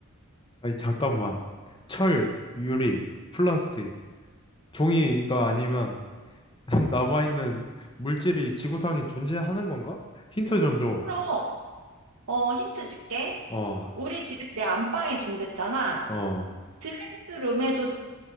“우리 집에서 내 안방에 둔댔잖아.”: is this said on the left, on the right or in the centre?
Right